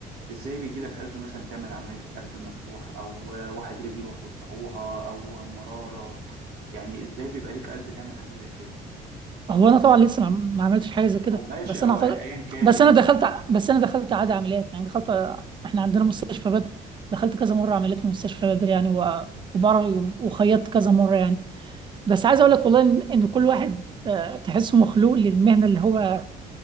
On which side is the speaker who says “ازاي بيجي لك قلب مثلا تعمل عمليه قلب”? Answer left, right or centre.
Right